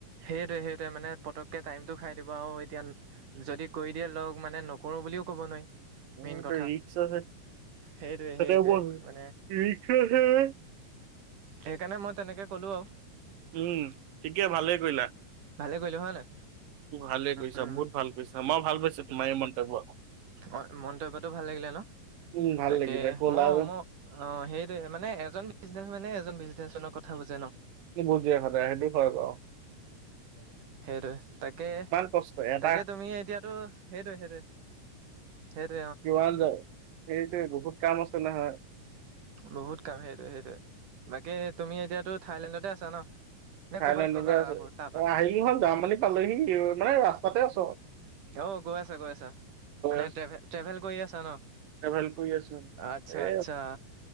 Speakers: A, on the right; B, on the right.
A: সেইটোৱে- সেইটোৱে মানে পতককে টাইমটো খাই দিব আৰু এতিয়া যদি কৈ দিয়ে লগ মানে নকৰো। বুলিও ক'ব নোৱাৰি।
B: মোৰ
A: মেইন
B: মতে
A: কথা
B: ৰিক্স আছে।
A: সেইটোৱে
B: সটো
A: সেইটোৱে
B: লখছে
A: মানে
B: <unintelligible>
A: সেইকাৰণে মই তেনেকে কলো আৰু।
B: উম ঠিকে ভালে। কৰিলা,
A: ভালে কৰিলো হয় নাই
B: ভালে কৈছা
A: উম,
B: বহুত ভাল কৰিছা মই ভাল পাইছো। মাই মনটৱাক।
A: অ মন্তব্যটো ভাল লাগিলে ন?
B: উম ভাল
A: তাকে
B: লাগিলে ক'লা
A: মই
B: যে
A: ম অ, সেইটোৱে মানে এজন বিজনেচ মেনে এজন বিজনে টেনচনৰ কথা বুজে ন।
B: কি বোজে, সদায় সেইটো হয় ক।
A: সেইটোৱে, তাকে-তাকে
B: কষ্ট এটা
A: তুমি এতিয়াতো সেইটোৱে-সেইটোৱে। সেইটো
B: কিমান যাওঁ? এইটোৱে বহুত কাম আছে নহয়।
A: বহুত কাম সেইটোৱে-সেইটোৱে, বাকী তুমি এতিয়াতো থাইলেণ্ডতে আছা ন? নে
B: থাইলেণ্ডতে
A: ক'ৰবাত গ'লা
B: আছো।
A: আকৌ তাৰপা
B: আহি হ'ল জাৰ্মানী পালোহি, মানে ৰাস্তাতে আছ।
A: অহ, গৈ আছা গৈ আছা। মানে
B: আছো
A: ট্ৰেভেল-ট্ৰেভেল কৰি আছা ন,
B: ট্ৰেভেল কৰি আছো
A: আচ্ছা-আচ্ছা।
B: এ